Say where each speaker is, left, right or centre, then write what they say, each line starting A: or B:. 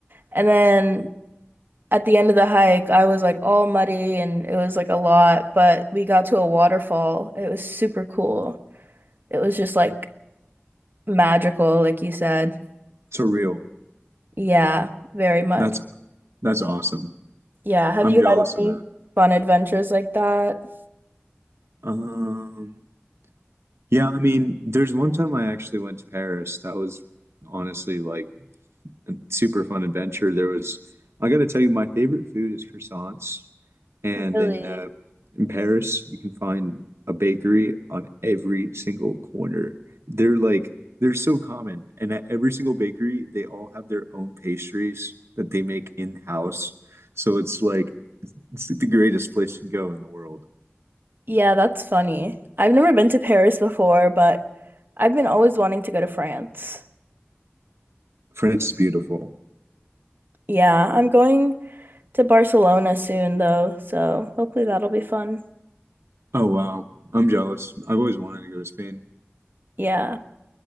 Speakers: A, on the right; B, on the right.
A: And then at the end of the hike I was like all muddy and it was like a lot but we got to a waterfall. It was super cool. It was just like magical, like you said.
B: Surreal.
A: Yeah, very much.
B: That's that's awesome.
A: Yeah. Have
B: I'm
A: you
B: jealous
A: had
B: of
A: any
B: that.
A: fun adventures like that?
B: Um, yeah, I mean, there's one time I actually went to Paris. That was honestly like a super fun adventure. There was, I gotta tell you, my favorite food is croissants. And
A: Really?
B: in uh, in Paris, you can find a bakery on every single corner. They're like they're so common, and at every single bakery, they all have their own pastries that they make in-house. So it's like it's like the greatest place you can go in the world.
A: Yeah, that's funny. I've never been to Paris before, but I've been always wanting to go to France.
B: France is beautiful.
A: Yeah, I'm going to Barcelona soon though, so hopefully that'll be fun.
B: Oh wow. I'm jealous. I've always wanted to go to Spain.
A: Yeah.